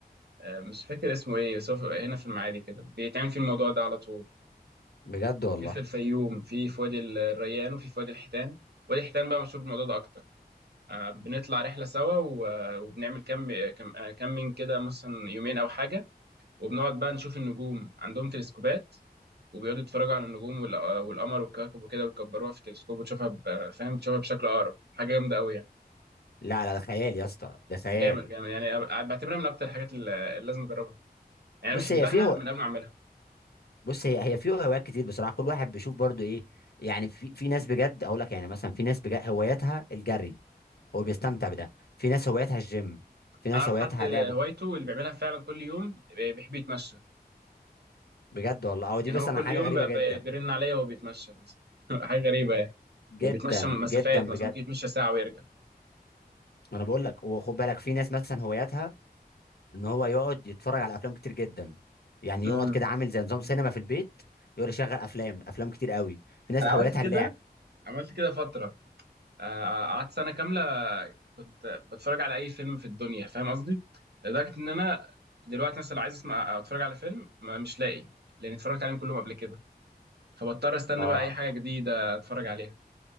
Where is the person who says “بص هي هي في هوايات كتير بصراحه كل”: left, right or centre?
Left